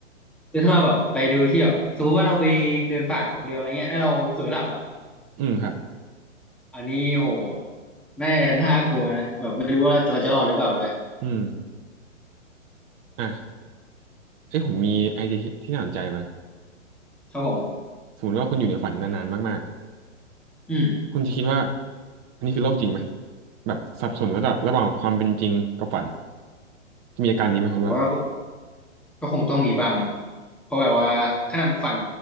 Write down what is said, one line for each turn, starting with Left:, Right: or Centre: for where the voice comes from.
Centre: คือถ้าเราแบบไปดูที่แบบสมมติว่าเราไปเดินป่าคนเดียวอะไรเงี้ยแล้วเราเผลอหลับอ่ะ
Right: อืมครับ
Centre: อันนี้โหน่าน่ากลัวนะแบบไม่รู้ว่าเราจะรอดหรือเปล่าด้วย
Right: อืมอ่ะเอ้ยผมมีไอเดียที่ที่น่าสนใจมา
Centre: ครับผม
Right: สมมติว่าคุณอยู่ในฝันนานๆมากๆอะ
Centre: อืม
Right: คุณจะคิดว่าอันนี้คือโลกจริงไหมแบบสับสนระหว่างระหว่างความเป็นจริงกับฝันจะมีอาการนี้ไหมคุณว่า
Centre: ผมว่าก็คง ก็คงต้องมีบ้างนะ เพราะแบบว่าขนาดฝัน